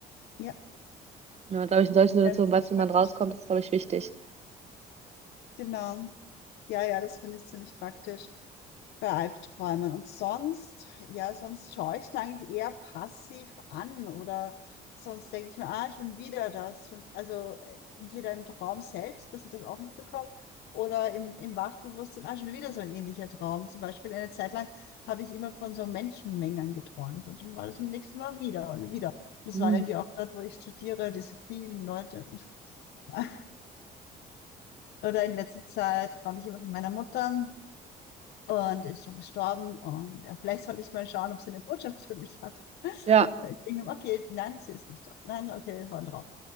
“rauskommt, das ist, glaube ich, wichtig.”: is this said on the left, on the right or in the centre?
Right